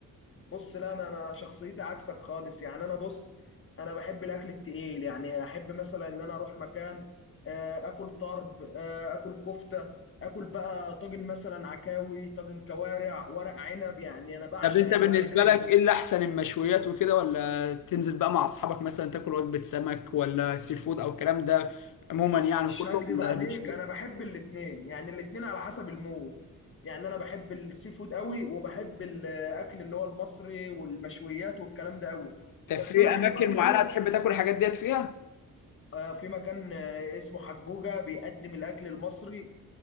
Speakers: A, on the left; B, on the left.
A: بص لا انا انا شخصيتي عكسك خالص يعني انا بص انا بحب الاكل التقيل يعني احب مثلا ان انا اروح مكان آه، اكل طرب آه، اكل كفته اكل بقى طاجن مثلا عكاوي طاجن كوارع ورق عنب يعني انا بعشق
B: طب انت
A: الورق
B: بالنسبه
A: العنب
B: لك ايه اللي احسن المشويات وكده ولا تنزل بقى مع اصحابك مثلا تاكل وجبه سمك ولا سي فود او الكلام ده عموما يعني
A: مش
B: كله
A: هكدب
B: ولا
A: عليك
B: مش
A: انا بحب الاتنين يعني الاتنين على حسب المود يعني انا بحب السي فود قوي وبحب الاكل اللي هو المصري والمشويات والكلام ده قوي
B: طب في
A: بس انا احب
B: اماكن
A: اكل
B: معينه
A: ايه
B: تحب تاكل الحاجات ديت فيها
A: آه، في مكان آه، اسمه حجوجة بيقدم الأكل المصري